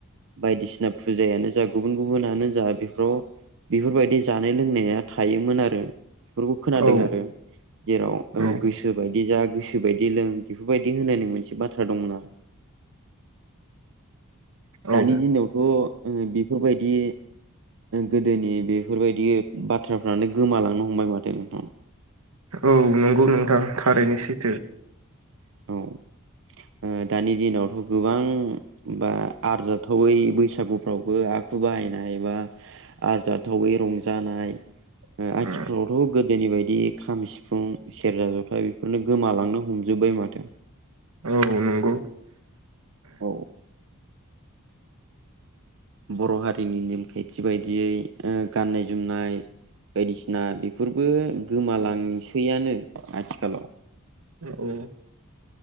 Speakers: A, on the right; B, on the right.
A: बायदिसिना फुजायानो जा गुबुन गुबुनानो जा बेफोराव बेफोरबायदि जानाय लोंनाया थायोमोन आरो बेफोरखौ खोनादों
B: औ
A: आरो जेराव गोसो
B: औ
A: गोसो बायदि जा गोसोबायदि लों बेफोरबायदि होननाय मोनसे बाथ्रा दंमोन आरो
B: औ
A: दानि दिनावथ' बेफोरबायदि गोदोनि बेफोरबायदि बाथ्राफ्रानो गोमालांनो हमबाय माथो नोंथां
B: औ नंगौ नोंथां थारैनो सैथो
A: औ औ दानि दिनावथ' गोबां बा आरजाथावै बैसागु फ्रावबो आखु बाहायनाय बा आरजाथावै रंजानाय आथिखालावथ'
B: ओ
A: गोदोनि बायदि खाम सिफुं सेरजा जथा बेफोरनो गोमालांनो हमजोबबाय माथो
B: औ नंगौ
A: औ बर' हारिनि नेम खान्थि बायदियै गाननाय जोमनाय बायदिसिना बेफोरबो गोमालांसैयानो आथिखालाव
B: औ